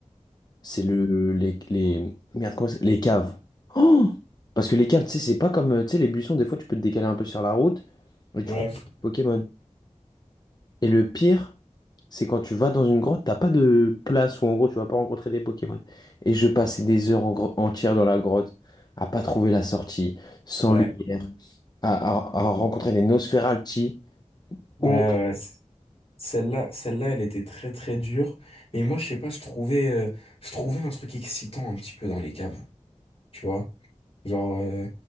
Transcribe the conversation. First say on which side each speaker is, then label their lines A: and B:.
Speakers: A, on the left; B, on the left.
A: c'est le les, les merde, comment c'est- les caves. Oh! Parce que les caves, tu sais, c'est pas comme euh, tu sais les buissons, des fois tu peux te décaler un peu sur la route et
B: Ouais,
A: tu crois Pokémon. Et le pire, c'est quand tu vas dans une grotte, t'as pas de place où en gros tu vas pas rencontrer des Pokémon. Et je passais des heures en gro- entières dans la grotte à pas trouver la sortie, sans
B: ouais,
A: lumière, à, à, à rencontrer des Nosferalti. Oh.
B: ouais, ouais. ouais, c- Celle-là, celle-là, elle était très très dure. Mais moi, je sais pas, je trouvais, euh, je trouvais un truc excitant un petit peu dans les caves, tu vois? Genre, euh,